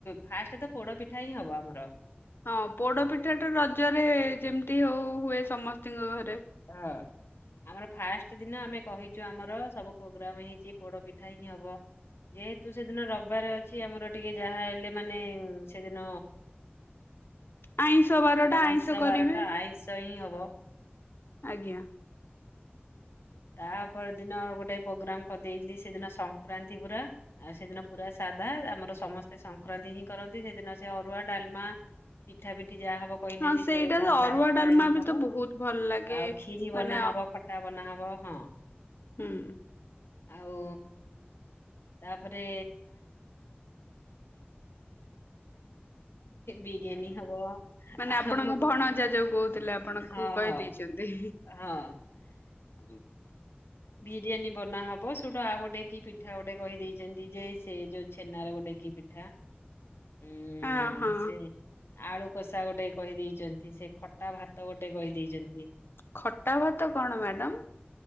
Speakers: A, on the left (about 80°); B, on the left (about 65°).
A: ଫାଷ୍ଟ ତ ପୋଡ଼ ପିଠା ହିଁ ହବ ଆମର ।
B: ହଁ ପୋଡପିଠା ଟା ରଜରେ ଯେମିତି ହଉ ହୁଏ ସମସ୍ତିଙ୍କ ଘରେ।
A: ହଁ। ଆମର ଫାଷ୍ଟ ଦିନ ଆମେ କହିଛୁ ଆମର ସବୁ ପ୍ରୋଗ୍ରାମ ହେଇଛି। ପୋଡ଼ ପିଠା ହିଁ ହବ ଯେହେତୁ ସେଦିନ ରବିବାରେ ଅଛି ଆମର ଟିକେ ଯାହା ହେଲେ ମାନେ ସେଦିନ
B: ଆଇଁଷ ବାରଟା
A: ଆଇଁଷ
B: କରିବେ।
A: ବାରଟା ଆଇଁଷ ହିଁ ହବ। <unintelligible>
B: ଆଜ୍ଞା।
A: ତାପର ଦିନ ଗୋଟେ ପ୍ରୋଗ୍ରାମ କରି ସେଦିନ ସଂକ୍ରାନ୍ତି ପୁରା ଆଉ ସେଦିନ ପୁରା ସାଧା ଆମର ସମସ୍ତେ ସଂକ୍ରାନ୍ତି ହିଁ କରନ୍ତି ସେଦିନ ସେ ଅରୁଆ ଡାଲମା ପିଠା ପିଠି ଠି ଯାହା ହବ କହିଲେ
B: ହଁ
A: ଯେ
B: ସେଇଟା
A: ଯୋଉ ମଣ୍ଡା
B: ଅରୁଆ
A: ପିଠା
B: ଡାଲମା
A: ହିଁ ହବ
B: ବି ତ ବହୁତ ଭଲ ଲାଗେ
A: ଆଉ ଖିରି
B: ମାନେ
A: ବନାହବ ଖଟା ବନାହବ ହଁ
B: ହୁଁ।
A: ଆଉ ତାପରେ ବିରିୟାନୀ ହବ
B: ମାନେ
A: ଆଉ
B: ଆପଣଙ୍କ ଭଣଜା ଯୋଉ କହୁଥିଲେ ଆପଣଙ୍କୁ
A: ହଁ
B: କହିଦେଇଛନ୍ତି।
A: ହଁ ହଁ <inaudible> ବିରିୟାନୀ ବନାହବ ସେଇଟୁ ଆଉ ଗୋଟେ କି ପିଠା ଗୋଟେ କହିଦେଇଛନ୍ତି ଯେ ସେ ଯୋଉ ଛେନାରେ ଗୋଟେ କି ପିଠା। ଉୁଁ
B: ହଁ ହଁ
A: ସେ ଆଳୁ କଷା ଗୋଟେ କହିଦେଇଛନ୍ତି। ସେ ଖଟା ଭାତ ଗୋଟେ କହି ଦେଇଛନ୍ତି।
B: ଖଟା ଭାତ କଣ ମ୍ୟାଡାମ?